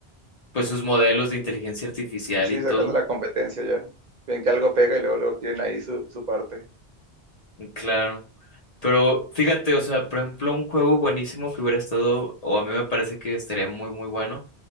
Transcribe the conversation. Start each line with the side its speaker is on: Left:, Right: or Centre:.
Left: pues sus modelos de inteligencia artificial
Right: Sí,
Left: y todo.
Right: sacando la competencia ya. Ven que algo pega y luego, luego quieren ahí su, su parte.
Left: mm, Claro. Pero fíjate, o sea, por ejemplo, un juego buenísimo que hubiera estado, o a mí me parece que estaría muy, muy bueno,